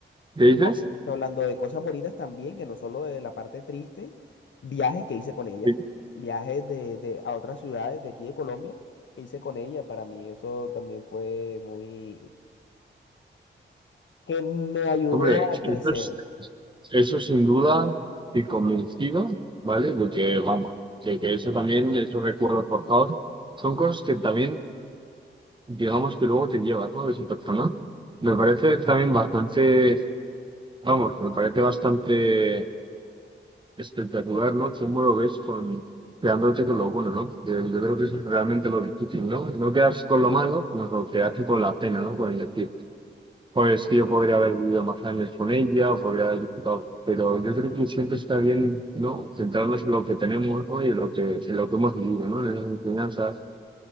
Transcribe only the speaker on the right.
¿Qué dices?
Sí.
Hombre,
eso
es Eso sin duda, estoy convencido, ¿vale? Porque vamos, de que eso también, esos recuerdos forjados, son cosas que también, digamos que luego te llevas, ¿no? De esa persona. Me parece también bastante, vamos, me parece bastante espectacular, ¿no? Cómo lo ves con, quedándote con lo bueno, ¿no? Porque Yo, creo que eso es realmente lo difícil, ¿no? No quedas con lo malo, sino lo que hace con la pena, ¿no? Con el pues que yo podría haber vivido más años con ella, o podría haber disfrutado, pero yo creo que siempre está bien, ¿no? Centrarnos en lo que tenemos, ¿no? Y en lo que, en lo que hemos vivido, ¿no? En las enseñanzas,